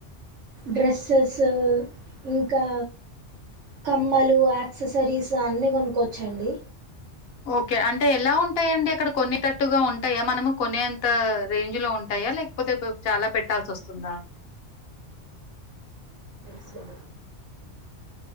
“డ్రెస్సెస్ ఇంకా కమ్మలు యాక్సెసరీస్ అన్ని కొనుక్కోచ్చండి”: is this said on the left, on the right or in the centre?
Right